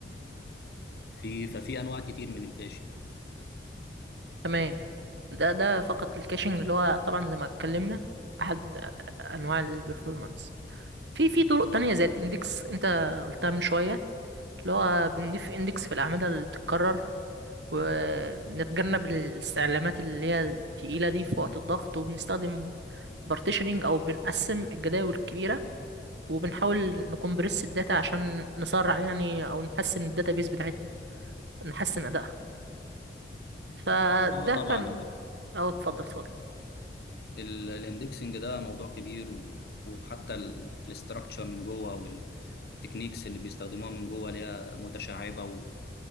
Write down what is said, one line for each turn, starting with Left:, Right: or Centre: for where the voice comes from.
Left: في ففي انواع كتير من الكاشنج
Right: تمام ده ده فقط الكاشنج اللي هو طبعا زي ما اتكلمنا احد انواع البرفورمانس في في طرق تانية زي الاندكس انت قلتها من شويه اللي هو بنضيف اندكس في الاعمده اللي بتتكرر ونتجنب الاستعلامات اللي هي التقيلة دي في وقت الضغط وبنستخدم بارتيشنينج أو بنقسم الجداول الكبيرة وبنحاول نكمبرس الداتا عشان نسرع يعني أو نحسن الداتابيز بتاعتنا نحسن أدائها فده
Left: اه طبعا
Right: كان أو اتفضل اتفضل
Left: ال- الاندكسنج ده موضوع كبير و- وحتى ال- الاستراكشر من جوه والتكنيكس اللي بيستخدموها من جوه ليها متشعبة و-